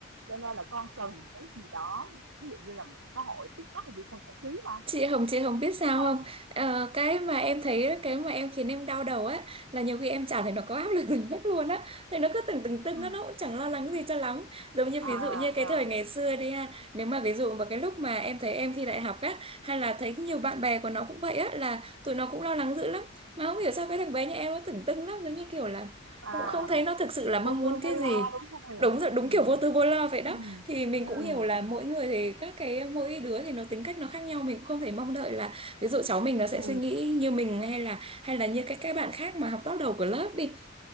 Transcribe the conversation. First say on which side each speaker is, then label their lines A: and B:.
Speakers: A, on the right; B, on the right.
A: cho nên là con cần cái gì đó ví dụ như là mạng xã hội TikTok là gì không giải trí mà
B: Chị Hồng chị Hồng biết sao
A: đúng không
B: không Ờ, cái mà em thấy cái mà em khiến em đau đầu á là nhiều khi em chả thấy nó có áp lực gì <laughs> hết luôn á thì nó cứ từng từng từng
A: ừ.
B: á nó cũng chẳng lo lắng gì cho lắm giống như
A: à
B: ví dụ như cái
A: à
B: thời ngày xưa đi ha nếu mà ví dụ vào cái lúc mà em thấy em thi đại học á hay là thấy nhiều bạn bè của nó cũng vậy á là tụi nó cũng lo lắng dữ lắm mà không hiểu sao cái thằng bé nhà em nó tưởng tưng lắm giống như kiểu là
A: à
B: cũng không thấy nó thực sự là mong
A: vô
B: muốn
A: tư
B: cái
A: vô lo
B: gì
A: đúng không Huyền
B: đúng rồi đúng
A: ừ.
B: kiểu vô tư vô lo vậy đó
A: Ừ.
B: thì mình
A: Ừ.
B: cũng hiểu là
A: Ừ.
B: mỗi người thì các cái mỗi đứa thì nó tính cách nó khác nhau mình cũng không thể mong đợi là ví dụ cháu mình nó sẽ
A: Ừ.
B: suy nghĩ như mình hay là hay là như các các bạn khác mà học top đầu của lớp đi